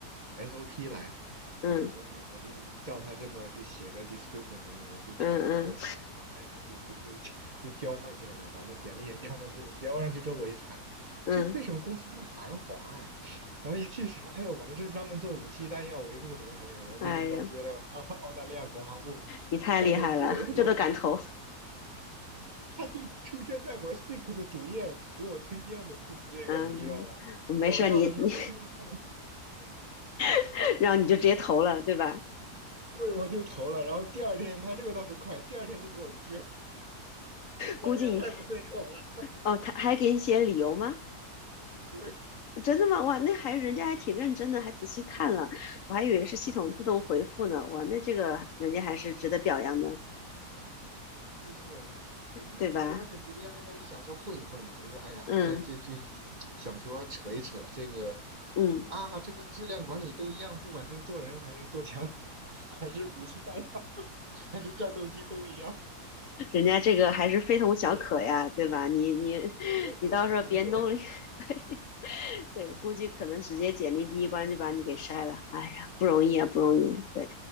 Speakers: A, on the right; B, on the left.
A: SOP 来。
B: 嗯
A: 我就我我我就照他这么就写个 description 什么什么，就填上，
B: 嗯嗯
A: 就 cover letter 就就就就 <laughs> 就交上去了嘛，把那简历也交上去了。交上去之后我一查，
B: 嗯，
A: 这个为什么公司叫韩华啊？然后一去查，哎呀，我们是专门做武器弹药维护什么什么什么，
B: 哎呀，
A: 最近刚接了澳澳大利亚国防部战斗机维护，
B: 你太厉害了，这都敢投，
A: 他就出现在我 Seek 的主页，给我推荐的就是这个，
B: 嗯，
A: 你知道吧？
B: 没事儿，
A: 搞笑的是，
B: 你你，
A: 我就一看，
B: <laughs> 然后你就直接投了，对吧？
A: 对，我就投了，然后第二天他这个倒是快，第二天就给我拒了，说专业太不对口了。
B: 估计你，哦，他还给你写理由吗？
A: 对，
B: 真的吗？哇，那还人家还挺认真的，还仔细看了，我还以为是系统自动回复呢，哇，那这个人家还是值得表扬的，
A: 是是是，我就觉得很惊讶。
B: 对吧？
A: 一开始想说混一混嘛，就是哎呀，
B: 嗯
A: 在就就想说扯一扯这个
B: 嗯，
A: 啊，这个质量管理都一样，不管是做人还是做枪，<laughs> 还是武器弹药，还是战斗机都一样。
B: 人家这个还是非同小可呀，
A: 对呀，
B: 对吧？你你
A: 对，
B: <laughs>
A: 没有给我这个机会。
B: 你到时候别弄了一 <laughs> 对对，我估计可能直接简历第一关就把你给筛了。哎呀，不容易啊，
A: <laughs>
B: 不容易。对。